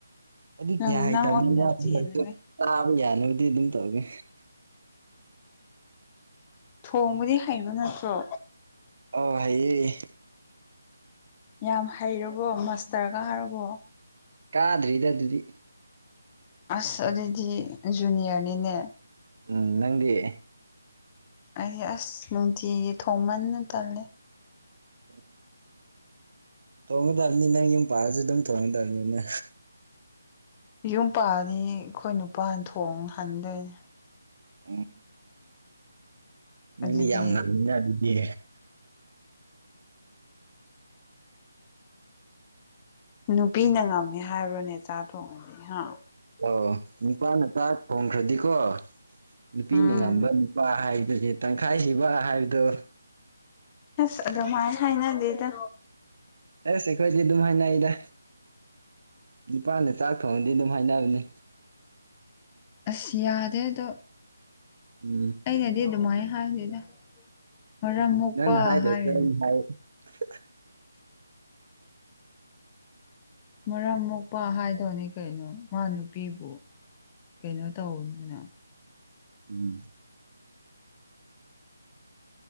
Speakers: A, on the right; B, on the left.
A: ꯍꯥꯏꯗꯤ
B: ꯅꯪ
A: ꯀ꯭ꯌꯥ ꯍꯩꯇꯕꯅꯤꯅ
B: ꯅꯪ ꯑꯣꯏꯅ ꯆꯦꯟꯂꯒꯦ
A: ꯆꯥꯕ ꯌꯥꯅꯕꯗꯤ ꯑꯗꯨꯝ ꯇꯧꯏꯦ
B: ꯊꯣꯡꯕꯗꯤ ꯍꯩꯕ ꯅꯠꯇ꯭ꯔꯣ
A: ꯑ ꯍꯥꯏꯌꯦ
B: ꯌꯥꯝ ꯍꯩꯔꯕꯣ ꯃꯥꯁꯇꯔꯒ ꯍꯥꯏꯔꯕꯣ
A: ꯀꯥꯗ꯭ꯔꯤꯗ ꯑꯗꯨꯗꯤ
B: ꯑꯁ ꯑꯗꯨꯗꯤ ꯖꯨꯅꯤꯌꯔꯅꯤꯅꯦ
A: ꯎꯝ ꯅꯪꯒꯤ
B: ꯑꯩꯗꯤ ꯑꯁ ꯅꯨꯡꯇꯤꯒꯤ ꯊꯣꯡꯃꯟꯅ ꯇꯜꯂꯦ
A: ꯎꯝ ꯇꯣꯡꯒꯗꯕꯅꯤ ꯅꯪ ꯌꯨꯝ ꯄꯥꯑꯁꯨ ꯑꯗꯨꯝ ꯇꯣꯡꯒꯗꯕꯅꯤꯅ
B: ꯌꯨꯝ ꯄꯥꯂꯅꯤ ꯑꯩꯈꯣꯏ ꯅꯨꯄꯥ ꯊꯣꯡ ꯍꯟꯗꯣꯏꯅꯦ
A: ꯎꯝ ꯅꯪꯗꯤ
B: ꯑꯗꯨꯗꯤ
A: ꯌꯥꯝ ꯉꯥꯡꯅꯤꯅ ꯑꯗꯨꯗꯤ
B: ꯅꯨꯄꯤꯅ ꯉꯝꯃꯦ ꯍꯥꯏꯕ꯭ꯔꯣꯅꯦ ꯆꯥ ꯊꯣꯡꯉꯗꯤ ꯑ
A: ꯑ ꯅꯨꯄꯥ ꯅꯨꯆꯥ ꯊꯣꯡꯈ꯭ꯔꯗꯤꯀꯣ ꯅꯨꯄꯤꯅ
B: ꯎꯝ
A: ꯉꯝꯕ ꯅꯨꯄꯥ ꯍꯥꯏ ꯑꯗꯨꯒꯤ ꯇꯪꯈꯥꯏꯁꯤꯕ ꯍꯥꯏꯕꯗꯨꯣ
B: ꯑꯁ ꯑꯗꯨꯃꯥꯏꯅ ꯍꯥꯏꯅꯗꯦꯗ
A: ꯑꯦꯁ ꯑꯩꯈꯣꯏꯗꯤ ꯑꯗꯨꯝ ꯍꯥꯏꯅ ꯑꯩꯗ ꯅꯤꯄꯥꯅ ꯆꯥꯛ ꯊꯣꯡꯉꯗꯤ ꯑꯗꯨꯝ ꯍꯥꯏꯅꯕꯅꯤ
B: ꯑꯁ ꯌꯥꯗꯦ ꯑꯗꯣ
A: ꯎꯝ
B: ꯑꯩꯅꯗꯤ ꯑꯗꯨꯃꯥꯏ ꯍꯥꯏꯁꯤꯗ ꯃꯔꯝ ꯃꯣꯛꯄ
A: ꯅꯪꯅ ꯍꯥꯏꯗ꯭ꯔꯁꯨ
B: ꯍꯥꯏꯔꯦꯅꯤ
A: ꯑꯩꯅ <unintelligible>
B: ꯃꯔꯝ ꯃꯨꯄ ꯍꯥꯏꯗꯧꯅꯦ ꯀꯩꯅꯣ ꯃꯥ ꯅꯨꯄꯤꯕꯨ ꯀꯩꯅꯣ ꯇꯧꯕꯅꯤꯅ
A: ꯎꯝ